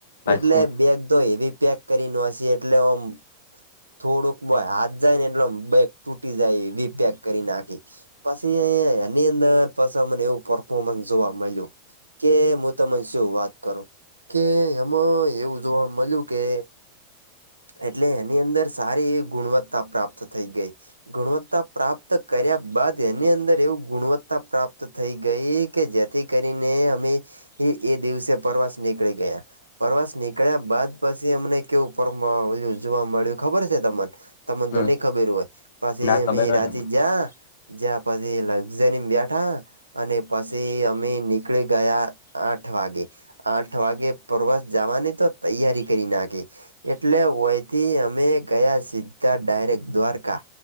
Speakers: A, on the left; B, on the right.
A: પછી
B: એટલે બેગ તો હેવી પેક કરીને હશે એટલે આમ થોડુંક હાથ જાય ને એટલે બેક તૂટી જાય બી પેક કરી નાખી પછી એની અંદર પસે એવું પરફોર્મન્સ જોવા મળ્યું કે હું તને શું વાત કરું કે એમાં એવું જોવા મળ્યું કે એટલે એની અંદર સારી એવી ગુણવત્તા પ્રાપ્ત થઈ ગઈ ગુણવત્તા પ્રાપ્ત કર્યા બાદ એની અંદર એવું ગુણવત્તા પ્રાપ્ત થઈ ગઈ કે જેથી કરીને અમે એ એ દિવસે પ્રવાસ નીકળી ગયા પ્રવાસ નીકળ્યા બાદ પછી અમને કેવ ઉપર જોવા મળ્યું ખબર છે તમ તમને તો
A: હમ
B: નહી ખબર હોય પછી
A: ના ખબર
B: અમે
A: હોય
B: રાજજી
A: ને
B: જા જયા પછી લક્ઝરી બેઠા અને પછી અમે નીકળી ગયા આઠ વાગે આઠ વાગે પરવાસ જવાની તો તૈયારી કરી નાખી એટલે વયથી અમે ગયા સીધા ડાયરેક્ટ દ્વારકા